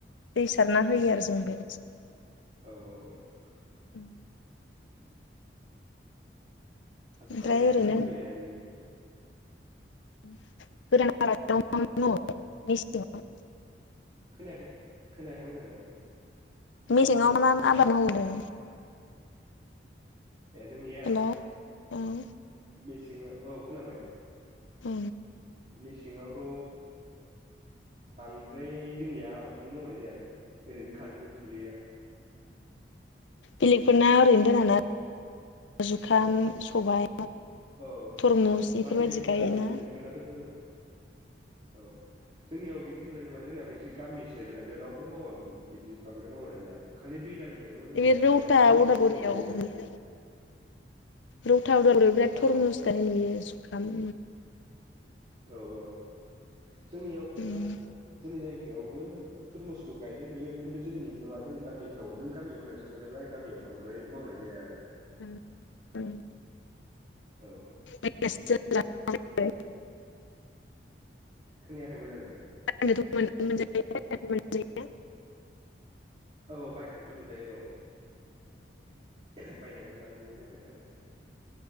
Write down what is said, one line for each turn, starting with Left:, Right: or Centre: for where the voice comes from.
Left: दै सारना होयो आरो जोंबो।
Right: औ औ औ।
Left: उम ओमफ्राय
Right: दाथ' गायनाय बोथोरा
Left: ओरैनो
Right: फैबायानो ने?
Left: <unintelligible>
Right: खोनायाखै खोनायाखै मोजाङै।
Left: मेसेङाव मा आबाद मावो होनदों?
Right: ए जोंनियाव
Left: हेल' औ उम
Right: मेसें औ खोनाबाय
Left: उ
Right: मेसेङावथ' बांद्राय जोंनिया आबादखौनो मावनाय जायालै। ओरैनो थाजोबो दुब्लिया
Left: बेलेगफोरना ओरैनो दोनाना
Right: औ
Left: जुखाम सबाय
Right: औ
Left: थरमुस बेफोरबायदि
Right: मा बेलेगफोरना
Left: गायोना
Right: औ बेलेगफोरनाथ' दोङो औ। जोंनियाव बिदि नुनाय नङा जोंना बे एसे गामि सो जाहैबाय नालाय रावबो मावाबो बिदि बांद्राय मावनाया आरो। खालि दैलांनियावल' जोंनिया
Left: बे रौता
Right: माइ आबादखौ बांसिन
Left: उदालगुरियाव
Right: मावनाय जायो आरो।
Left: नुयो रौथा अदालगुरियाव बिराद
Right: औ
Left: थरमुस गायनाय नुयो जुखाम
Right: औ औ जोंनियावबो
Left: उम
Right: जेनेबा जोंनि जायगा इयावबो थरमुसखौ गायनाय नुयो खिन्थु जोंनि नङा जोंनि गामिफ्राव नों गामियाव होनानै सो सोंबाय नालाय गामियाव बांद्राय मावनाय जाया आरो।
Left: उम उम।
Right: औ
Left: <unintelligible>
Right: खोनायाखै मोजाङै
Left: <unintelligible> <unintelligible>
Right: औ बायनानैथ' मोनजायो औ बायनानैल' जानाय जाबाय आरो।